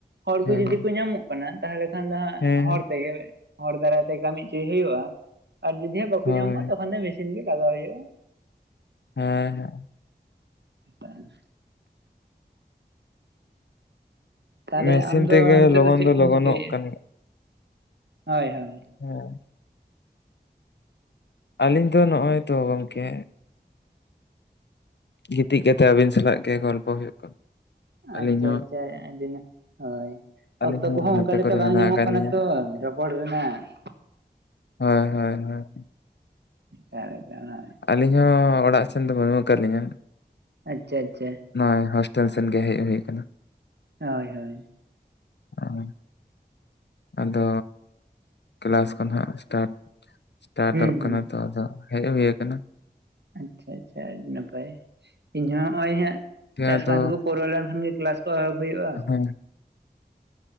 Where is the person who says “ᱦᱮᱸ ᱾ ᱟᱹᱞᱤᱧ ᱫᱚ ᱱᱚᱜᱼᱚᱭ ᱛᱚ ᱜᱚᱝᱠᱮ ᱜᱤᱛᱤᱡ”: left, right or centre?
Left